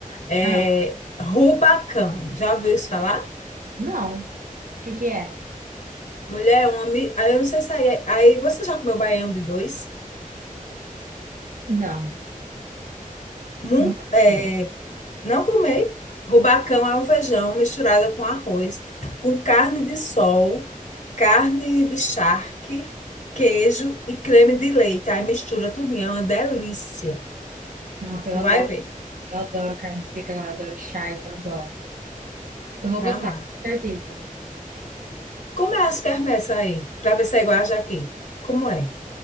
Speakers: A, on the left (about 60°); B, on the right (about 70°).
A: É,
B: Ah,
A: Rubacão. Já ouviu isso falar?
B: não. O que que é?
A: Mulher, uma. mi- Aí eu não sei se aí. é- Aí você já comeu baião de dois?
B: Não,
A: Mun-
B: nunca
A: é,
B: comi.
A: não comei. Rubacão é um feijão misturado com arroz, com carne de sol, carne de charque, queijo e creme de leite. Aí mistura tudo, é uma delícia.
B: Nossa,
A: Tu
B: eu adoro.
A: vai ver,
B: Eu adoro carne seca, agora eu adoro charque, eu adoro. Eu vou
A: tu vai
B: gostar,
A: amar.
B: com certeza.
A: Como é as quermesses aí? Para ver se é igual a Jaqui. Como é?